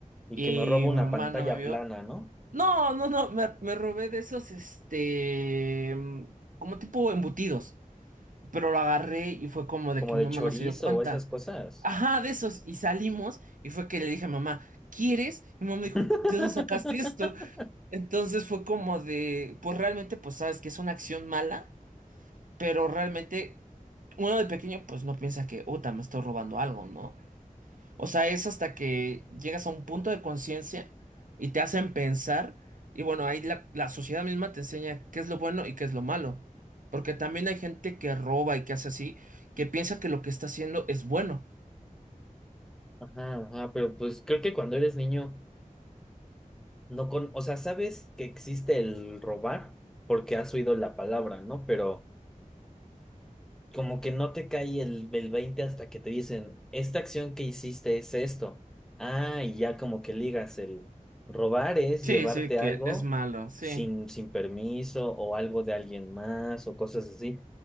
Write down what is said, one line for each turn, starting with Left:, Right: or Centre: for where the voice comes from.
Centre: Y
Right: y
Centre: que me robo una
Right: mi mamá
Centre: pantalla
Right: no me vio.
Centre: plana, ¿no?
Right: No, no, no, me, me robé de esos, este, mm, como tipo embutidos. pero lo agarré y fue como de
Centre: Como
Right: que mi
Centre: de
Right: mamá
Centre: chorizo
Right: no se dio cuenta.
Centre: o esas cosas.
Right: Ajá, de esos. Y salimos y fue que le dije a mamá, ¿quieres? Y mi mamá
Centre: <laughs>
Right: me dijo, ¿de dónde sacaste esto? Entonces fue como de, pues realmente, pues sabes que es una acción mala, pero realmente uno de pequeño pues no piensa que, uta, me estoy robando algo, ¿no? O sea, es hasta que llegas a un punto de conciencia y te hacen pensar. Y bueno, ahí la, la sociedad misma te enseña qué es lo bueno y qué es lo malo. Porque también hay gente que roba y que hace así, que piensa que lo que está haciendo es bueno.
Centre: Ajá, ajá, pero pues creo que cuando eres niño, no con, o sea, sabes que existe el robar porque has oído la palabra, ¿no? Pero... como que no te cae el, el 20 hasta que te dicen, esta acción que hiciste es esto. Ah, y ya como que ligas el robar es
Right: Sí,
Centre: llevarte
Right: sí, que
Centre: algo
Right: es malo, sí.
Centre: sin, sin permiso o algo de alguien más o cosas así.